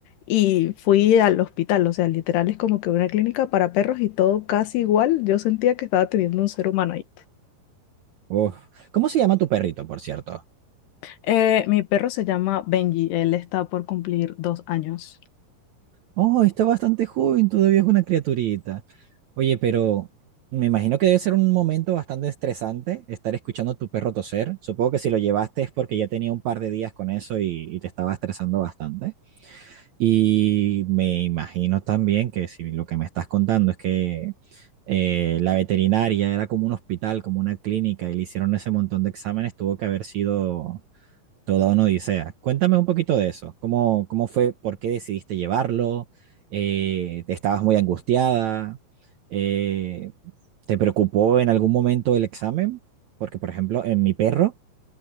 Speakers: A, on the left; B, on the right.
A: y fui al hospital. O sea, literal es como que una clínica para perros y todo casi igual. Yo sentía que estaba teniendo un ser humano ahí.
B: Uf. ¿Cómo se llama tu perrito, por cierto?
A: Eh, mi perro se llama Benji. Él está por cumplir dos años.
B: Oh, está bastante joven, todavía es una criaturita. Oye, pero me imagino que debe ser un momento bastante estresante estar escuchando a tu perro toser. Supongo que si lo llevaste es porque ya tenía un par de días con eso y, y te estaba estresando bastante. Y me imagino también que si lo que me estás contando es que eh, la veterinaria era como un hospital, como una clínica, y le hicieron ese montón de exámenes, tuvo que haber sido toda una odisea. Cuéntame un poquito de eso. ¿Cómo, cómo fue? ¿Por qué decidiste llevarlo? Eh, ¿te ¿estabas muy angustiada? Eh, ¿te preocupó en algún momento el examen? Porque, por ejemplo, en mi perro,